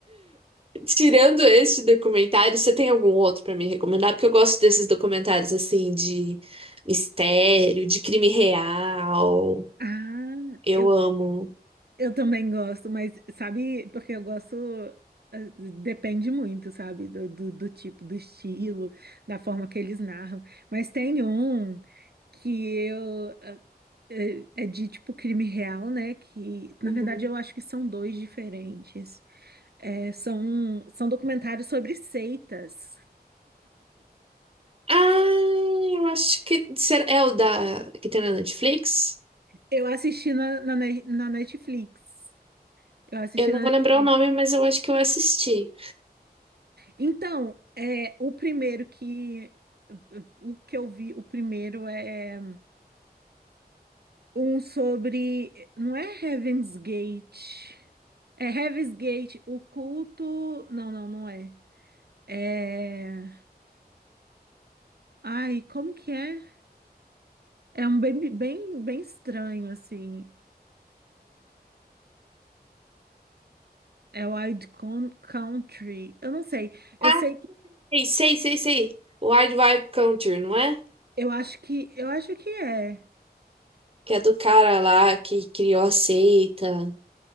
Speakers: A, on the right; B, on the right.
A: Tirando este documentário, você tem algum outro pra me recomendar? Porque eu gosto desses documentários assim de mistério, de crime real.
B: Ah,
A: Eu
B: eu
A: amo.
B: Eu também gosto, mas sabe, porque eu gosto, eh, depende muito, sabe, do, do, do tipo, do estilo, da forma que eles narram. Mas tem um que eu, eh, é de tipo crime real, né? Que na
A: Uhum.
B: verdade eu acho que são dois diferentes. É, são, são documentários sobre seitas.
A: Ah, eu acho que será- é o da que tem na Netflix.
B: Eu assisti na, na, Ne- na Netflix. Eu assisti
A: Eu não
B: na
A: vou
B: Netflix.
A: lembrar o nome, mas eu acho que eu assisti.
B: Então, é, o primeiro que o que eu vi, o primeiro é um sobre, não é Heaven's Gate. É Heaven's Gate, o culto. Não, não, não é. É. Ai, como que é? É um bem, bem, bem estranho, assim. É Wild Con- Country. Eu não sei. Eu
A: Ah,
B: sei que.
A: sei, sei, sei. sei. Wild Wild Country, não é?
B: Eu acho que. Eu acho que é.
A: Que é do cara lá que criou a seita.